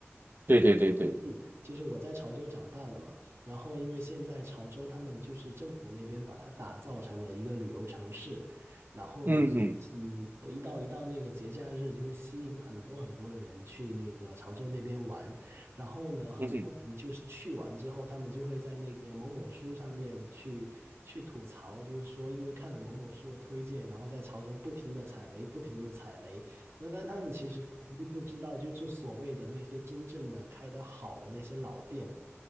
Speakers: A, on the right; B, on the right.
A: 对对对对，
B: 嗯，就是我在潮州长大的嘛，然后因为现在潮州他们就是政府那边把它打造成了一个旅游城市，然后呢就会嗯，
A: 嗯哼，
B: 我一到一到那个节假日就会吸引很多很多的人去那个潮州那边玩，然后呢很多人就是去完之后，
A: 嗯哼，
B: 他们就会在那个某某书上面去去吐槽，就是说因为看了某某书的推荐，然后在潮州不停的踩雷，不停的踩雷。那但他们其实不知道，就是所谓的那些真正的开得好的那些老店，